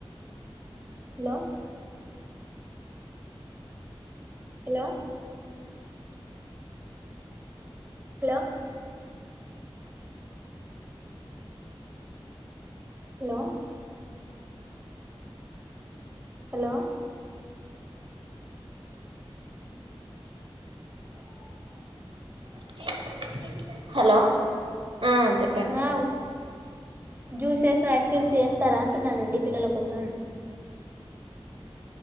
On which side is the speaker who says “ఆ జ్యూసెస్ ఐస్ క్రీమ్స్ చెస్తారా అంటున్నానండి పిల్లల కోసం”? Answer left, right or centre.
Right